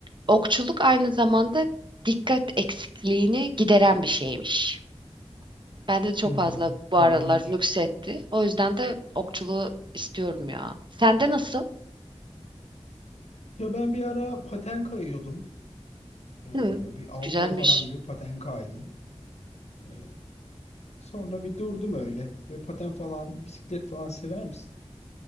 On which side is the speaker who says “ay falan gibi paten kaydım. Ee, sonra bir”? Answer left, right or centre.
Left